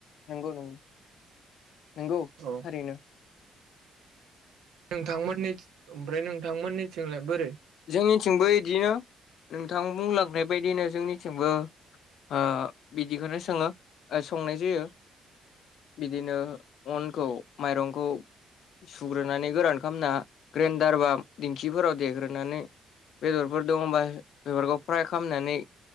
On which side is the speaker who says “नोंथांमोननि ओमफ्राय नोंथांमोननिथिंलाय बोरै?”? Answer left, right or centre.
Right